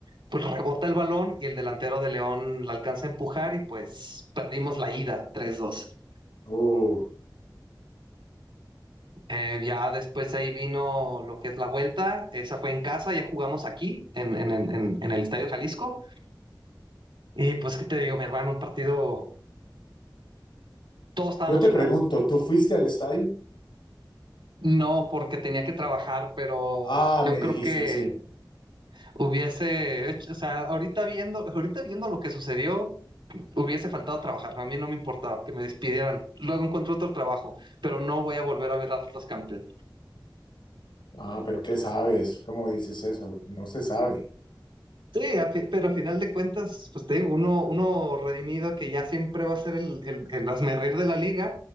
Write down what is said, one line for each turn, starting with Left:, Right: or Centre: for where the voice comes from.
Right: pues rebota el balón y el delantero de León la alcanza a empujar y pues perdimos la ida tres dos.
Left: Uh,
Right: Eh, ya después ahí vino lo que es la vuelta, esa fue en casa, ya jugamos aquí en, en, el- en- en el Estadio Jalisco y pues qué te digo, mi hermano, un partido, todos estábamos
Left: Yo te
Right: sudando.
Left: pregunto, ¿tú fuiste al estadio?
Right: No porque tenía que trabajar, pero
Left: Ah,
Right: yo
Left: me dijiste,
Right: creo que
Left: sí.
Right: hubiese hecho, o sea, ahorita viendo, ahorita viendo lo que sucedió, hubiese faltado trabajar, a mí no me importaba que me despidieran, luego encuentro otro trabajo, pero no voy a volver a ver a Atlas campeón.
Left: Ah, pero ¿qué sabes? ¿Cómo dices eso? No se sabe.
Right: Sí, a fi- pero a final de cuentas, pues te digo, uno, uno redimido que ya siempre va a ser el, el, el hazmerreír de la liga,